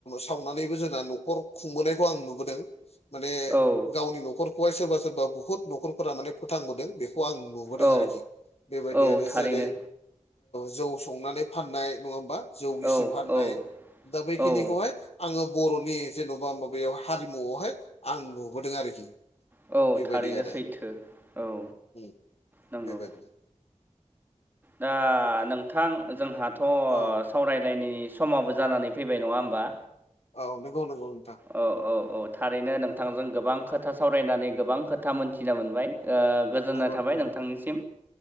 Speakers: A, on the left; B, on the right.
A: सावनानैबो जोंना न'खर खुंबोनायखौ आं नुबोदों माने
B: औ
A: गावनि न'खरखौहाय सोरबा सोरबा बुहुत न'खरफोरा माने फोथांबोदों बेखौ आं नुबोदों
B: औ
A: आरोखि बेबायदियानो
B: औ थारैनो
A: जेरै जौ संनानै फाननाय नङा होमबा जौ गिस्रि
B: औ
A: फाननाय
B: औ
A: दा बैखिनिखौहाय
B: औ
A: आङो बर'नि जेन'बा माबायाव हारिमुआवहाय आं नुबोदों आरोखि
B: औ
A: बेबायदि
B: थारैनो
A: आरो
B: सैथो औ
A: उम
B: नंगौ
A: बे बादि
B: दा नोंथां जोंहाथ'
A: औ
B: सावरायलायनायनि समाबो जानानै फैबाय नङा होमबा
A: औ नंगौ नंगौ नोंथां
B: औ औ औ थारैनो नोंथांजों गोबां खोथा सावरायनानै गोबां खोथा मोनथिनो मोनबाय आ गोजोननाय
A: नंगौ
B: थाबाय
A: नंगौ
B: नोंथांनिसिम
A: नंगौ